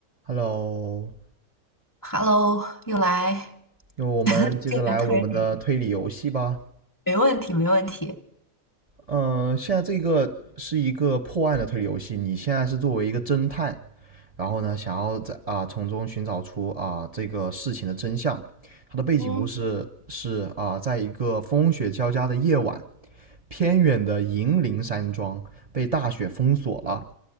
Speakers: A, on the right; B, on the left.
A: Hello，
B: Hello，又来，
A: 那我们接着来我们的推理游戏吧。
B: <laughs> 又来推理，没问题，没问题。
A: 嗯、现在这个是一个破案的推理游戏，你现在是作为一个侦探，然后呢，想要在啊、从中寻找出啊、这个事情的真相。它的背景故事是啊、
B: 嗯，
A: 在一个风雪交加的夜晚，偏远的银铃山庄被大雪封锁了。